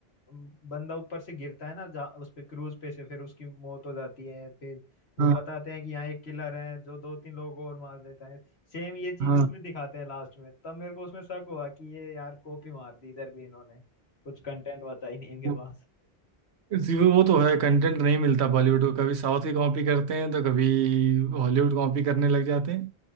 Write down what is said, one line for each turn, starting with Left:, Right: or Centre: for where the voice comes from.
Left: अम, बंदा ऊपर से गिरता है ना जा, उस पे क्रूज पे से फिर उसकी मौत हो जाती है फिर वो
Right: हाँ
Left: बताते हैं कि यहाँ एक किलर है जो दो तीन लोगों और मार देता है सेम ये चीज
Right: हाँ
Left: उसमें दिखाते हैं लास्ट में तब मेरे को उसमें शक हुआ कि ये यार कॉपी मार दी इधर भी इन्होंने कुछ कंटेंट बचा ही नहीं इनके
Right: हाँ।
Left: पास
Right: जी, वो वो तो है कंटेंट नहीं मिलता बॉलीवुड को कभी साउथ की कॉपी करते हैं तो कभी हॉलीवुड कॉपी करने लग जाते हैं